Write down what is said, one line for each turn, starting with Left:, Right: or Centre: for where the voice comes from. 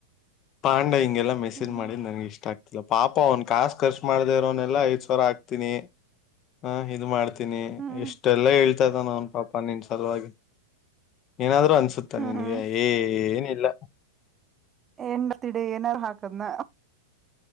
Left: ಪಾಂಡ ಹಿಂಗೆಲ್ಲಾ ಮೆಸೇಜ್
Right: ಹ್ಮ್
Left: ಮಾಡಿ ನನ್ಗೆ ಇಷ್ಟ ಆಗ್ತ ಪಾಪ ಅವ್ನ್ ಕಾಾಸು ಖರ್ಚು ಮಾಡ್ದ ಇರ ಅವನ್ನನೆಲ್ಲಾ ಐದ್ ಸಾವರ ಹಾಕ್ತೀನಿ ಹ ಇದ್ ಮಾಡ್ತಿ
Right: ಹ್ಮ್
Left: ಇಷ್ಟೆ ಎಲ್ಲಾ ಹೇಳ್ತಾ ಇದ್ದಾನ ಅವನ್ ಪಾಪ ನಿನ್ ಸಲುವಾಗಿ ಏನಾದ್ರು ಅನ್ಸುತ್ತೆ ಗತ್ತಾ
Right: ಹ್ಮ್
Left: ನಿನ್ಗೆ ಏ ಏನಿಲ್ಲ
Right: ಎಂಡ್ಣ ತಿಡಿ ಏನಾರು ಹಾಕದ್ನ